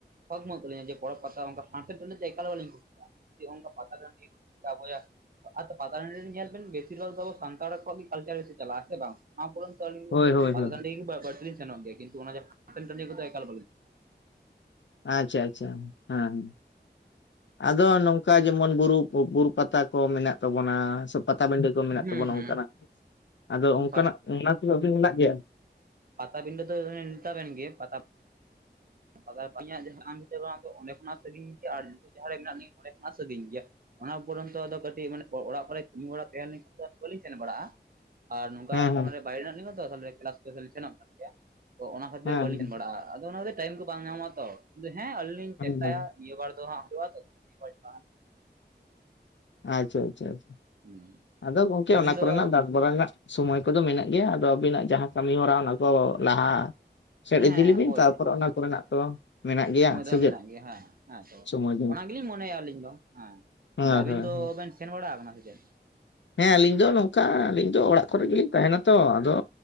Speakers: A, on the right; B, on the left.
A: ᱥᱚᱠ ᱢᱚᱜ ᱛᱟᱹᱞᱤᱧᱟ ᱡᱮ ᱯᱚᱨᱚᱯ ᱯᱟᱛᱟ ᱫᱚᱠ ᱵᱟᱹᱱᱩᱜ ᱛᱟᱹᱞᱤᱧᱟ ᱡᱮ ᱚᱝᱠᱟ ᱯᱷᱟᱱᱥᱮᱱ ᱴᱟᱺᱰᱤ ᱫᱚ ᱮᱠᱟᱞ ᱵᱟᱞᱤᱧ ᱠᱩᱥᱤᱭᱟᱜ-ᱟ᱾ ᱡᱮ ᱚᱱᱠᱟ ᱯᱟᱛᱟ ᱴᱟᱺᱰᱤ, <inaudible> ᱟᱨ ᱯᱟᱛᱟ ᱴᱟᱺᱰᱤ ᱨᱮ ᱧᱮᱞ ᱵᱮᱱ ᱵᱮᱥᱤᱨ ᱵᱷᱟᱜᱽ ᱫᱚ ᱟᱵᱚ ᱥᱟᱱᱛᱟᱲ ᱠᱚᱣᱟᱜ ᱜᱮ, ᱠᱟᱞᱪᱟᱨ ᱥᱮ ᱪᱟᱞᱟᱜ-ᱟ ᱥᱮ ᱵᱟᱝ <inaudible> ᱟᱢ ᱯᱩᱨᱟᱹᱣ
B: ᱦᱳᱭ
A: <inaudible>
B: ᱦᱳᱭ
A: ᱯᱟᱛᱟ
B: ᱦᱳᱭ
A: ᱴᱟᱺᱰᱤ, ᱵᱟᱹᱫᱽ ᱫᱚᱞᱤᱱ ᱥᱮᱱᱚᱜ ᱜᱮᱭᱟ ᱠᱤᱱᱛᱩ ᱚᱱᱟ <inaudible> ᱴᱟᱺᱰᱤ ᱠᱚᱫᱚ ᱮᱠᱟᱞ ᱵᱟᱹᱞᱤᱧ,
B: ᱟᱪᱪᱷᱟ ᱟᱪᱪᱷᱟ, ᱦᱮᱸ ᱦᱮᱸ᱾ ᱟᱫᱚ ᱱᱚᱝᱠᱟ ᱡᱮᱢᱚᱱ ᱵᱩᱨᱩᱯ ᱵᱩᱨᱩ ᱯᱟᱛᱟ ᱠᱚ ᱢᱮᱱᱟᱜ, ᱛᱟᱵᱚᱱᱟ, ᱥᱮ ᱯᱟᱛᱟᱵᱤᱱᱰᱟᱹ ᱠᱚ ᱢᱮᱱᱟᱜ
A: ᱦᱩᱸ
B: ᱛᱟᱵᱚᱱᱟ ᱚᱱᱠᱟᱱᱟᱜ᱾ ᱟᱫᱚ
A: ᱦᱩᱸ
B: ᱚᱝᱠᱟᱱᱟᱜ, ᱚᱱᱟ ᱠᱚᱫᱚ ᱟᱹᱵᱤᱱ ᱢᱮᱱᱟᱜ ᱜᱮᱭᱟ᱾
A: ᱯᱟᱛᱟ ᱵᱤᱸᱰᱟᱹ ᱫᱚ ᱦᱮᱸ ᱪᱟᱨᱮᱱ ᱜᱮ ᱯᱟᱛᱟ <inaudible> ᱤᱧᱟᱜ ᱡᱟᱦᱟᱸ <inaudible> ᱚᱱᱰᱮ ᱠᱷᱚᱱᱟᱜ ᱥᱟᱹᱜᱤᱧ ᱜᱮᱭᱟ ᱟᱨ ᱱᱤᱛᱚᱜ ᱡᱟᱦᱟᱸᱨᱮ ᱢᱮᱱᱟᱜ ᱞᱤᱧ ᱚᱸᱰᱮ ᱠᱷᱚᱱᱟᱜ ᱥᱟᱺᱜᱤᱧ ᱜᱮᱭᱟ᱾ ᱚᱱᱟ ᱯᱚᱨᱚᱱᱛᱚ ᱟᱫᱚ ᱠᱟᱹᱴᱤᱡ ᱢᱟᱱᱮ ᱚ ᱚᱲᱟᱜ ᱠᱚᱨᱮ ᱠᱟᱹᱢᱤᱦᱚᱨᱟ ᱛᱟᱦᱮᱸ ᱞᱮᱱᱠᱷᱟᱡ ᱫᱚ ᱵᱟᱹᱞᱤᱧ ᱥᱮᱱ ᱵᱟᱲᱟᱜᱼᱟ᱾ ᱟᱨ ᱱᱚᱝᱠᱟ
B: ᱦᱮᱸ
A: ᱱᱚᱰᱮ ᱵᱟᱭᱨᱮ ᱦᱮᱱᱟᱜ ᱞᱤᱧᱟ ᱛᱚ ᱠᱮᱞᱟᱥ <inaudible> ᱥᱮᱱᱚᱜ ᱜᱮᱭᱟ᱾ ᱛᱚ ᱚᱱᱟ ᱠᱷᱟᱹᱛᱤᱨ
B: ᱦᱮᱸ
A: ᱵᱟᱹᱞᱤᱧ ᱥᱮᱱ ᱵᱟᱲᱟᱜᱼᱟ ᱟᱫᱚ ᱚᱱᱟ ᱠᱷᱟᱹᱛᱤᱨ ᱴᱟᱭᱤᱢ ᱠᱚ ᱵᱟᱝ ᱧᱟᱢᱚᱜᱼᱟ ᱛᱚ, ᱦᱮᱸ ᱟᱹᱞᱤᱧ ᱞᱤᱧ
B: ᱦᱮᱸ
A: ᱪᱮᱥᱴᱟᱭᱟ?
B: ᱦᱮᱸ
A: ᱱᱤᱭᱟᱹ ᱵᱟᱨ ᱫᱚ ᱦᱟᱸᱜ <inaudible> ᱱᱤᱭᱟᱹ ᱵᱟᱨ ᱫᱚ ᱦᱟᱸᱜ᱾
B: ᱟᱪᱷᱟ ᱟᱪᱟ ᱟᱪᱟ᱾
A: ᱦᱩᱸ᱾
B: ᱟᱫᱚ ᱜᱚᱝᱠᱮ
A: ᱛᱟᱦᱞᱮ ᱟᱹᱵᱤᱱ
B: ᱚᱱᱟ ᱠᱚᱨᱮᱱᱟᱜ
A: ᱫᱚ
B: ᱰᱟᱥ ᱵᱟᱨᱟ ᱨᱮᱱᱟᱜ᱾ ᱥᱚᱢᱚᱭ ᱠᱚᱫᱚ ᱢᱮᱱᱟᱜ ᱜᱮᱭᱟ ᱟᱫᱚ ᱟᱹᱵᱤᱱᱟᱜ ᱡᱟᱦᱟᱸ ᱠᱟᱹᱢᱤ ᱦᱚᱨᱟ ᱚᱱᱟ ᱠᱚ ᱞᱟᱦᱟ᱾ ᱥᱮᱫ
A: ᱦᱮᱸ
B: ᱤᱫᱤ ᱞᱮᱵᱤᱱ
A: ᱦᱳᱭ
B: ᱛᱟᱨᱯᱚᱨᱮ ᱚᱱᱟ ᱠᱚᱨᱮᱱᱟᱜ ᱛᱚ ᱢᱮᱱᱟᱜ ᱜᱮᱭᱟ
A: ᱥᱚᱢᱚᱭ ᱫᱚ
B: ᱥᱮ
A: ᱦᱟᱸᱜ
B: ᱪᱮᱫ?
A: ᱢᱮᱱᱟᱜ ᱜᱮᱭᱟ ᱦᱮᱸ ᱦᱮᱸ ᱛᱚ᱾
B: ᱥᱚᱢᱚᱭ
A: ᱚᱱᱟ ᱜᱮᱞᱤᱧ ᱢᱚᱱᱮᱭᱟ ᱟᱹᱞᱤᱧ ᱫᱚ᱾ ᱦᱮᱸ,
B: ᱦᱮᱸ ᱦᱮᱸ᱾
A: ᱛᱚ ᱵᱮᱱ ᱥᱮᱱ ᱵᱟᱲᱟ ᱠᱟᱱᱟ ᱥᱮ ᱪᱮᱫ?
B: ᱦᱮᱸ ᱟᱹᱞᱤᱧ ᱫᱚ ᱱᱚᱝᱠᱟ ᱟᱹᱞᱤᱧ ᱫᱚ ᱚᱲᱟᱜ ᱠᱚᱨᱮ ᱜᱮᱞᱤᱧ ᱛᱟᱦᱮᱱᱟ᱾ ᱛᱚ ᱟᱫᱚ